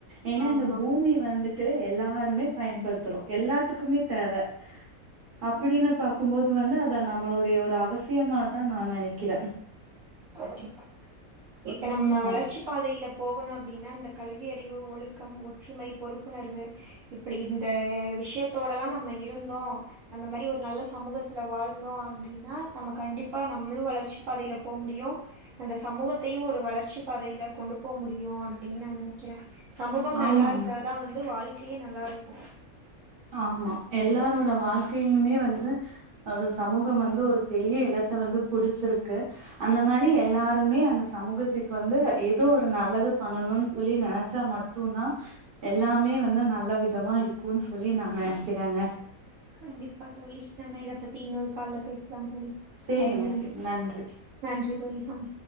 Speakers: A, on the right; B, on the right.
A: ஏன்னா
B: ஆமா
A: இந்த பூமி வந்து ட்டு எல்லாருமே பயன்படுத்துறோ எல்லாத்துக்குமே தேவ அப்டின்னு பாக்கும்போது இது வந்து அத நம்மளுடைய ஒரு அவசியமாதா நா நினைக்கிற
B: கண்டிப்பா இப்ப நம்ம வளர்ச்சி
A: ஆ
B: பாதையில போகணு அப்டின்னா இந்த கல்வியறிவு ஒழுக்கம் ஒற்றுமை பொறுப்புணர்வு இப்டி இந்த விஷயத்தோடல்லா நம்ம இருந்தோ அந்த மாதிரி ஒரு நல்ல சமூகத்துல வாழ்ந்தோ அப்டின்னா நம்ம கண்டிப்பா நம்மளு வளர்ச்சி பாதையில போ முடியு அந்த சமூகத்தையு ஒரு வளர்ச்சி பாதையில கொண்டு போக முடியு அப்டின்னு நா நினைக்கிற சமூகம்
A: ஆமாங்க
B: நல்லா இருந்தா தா வந்து வாழ்க்கையே நல்லா இருக்கும்
A: ஆமா எல்லாரோட வாழ்க்கையிலுமே வந்து ஒரு சமூகம் வந்து ஒரு பெரிய இடத்த வந்து புடிச்சிருக்கு அந்த மாதிரி எல்லாருமே அந்த சமூகத்துக்கு வந்து ஏதோ ஒரு நல்லது பண்ணணும்னு சொல்லி நினைச்சா மட்டு மட்டு தா எல்லாமே வந்து நல்ல விதமா இருக்கும்ன்னு சொல்லி நா நினைக்கிறங்க
B: கண்டிப்பா தோழி நம்ம இத பத்தி இன்னொரு கால பேசலா தோழி
A: சேரிங்க
B: டைம் முடிஞ்சுச்சு
A: சேரி நன்றி
B: நன்றி தோழிகம்